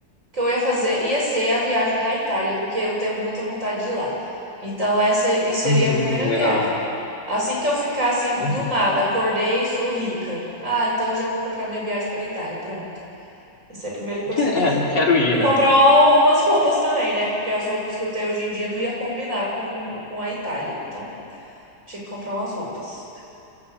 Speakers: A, on the right (about 45°); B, on the left (about 85°).
A: que eu ia fazer ia ser a viagem da Itália, porque eu tenho muita vontade de ir lá. Então, essa e- seria
B: uhum,
A: a primeira
B: legal.
A: viagem. Assim que eu ficasse
B: Uhum.
A: do nada, acordei, sou rica. Ah, então eu já vou comprar minha viagem para Itália. Pronto. Essa é a primeira coisa
B: <laughs> É,
A: que eu ia fazer.
B: quero ir,
A: E
B: né?
A: comprar umas roupas também, né? Porque as roupas que eu tenho hoje em dia não ia combinar com, com a Itália. Então, tinha que comprar umas roupas.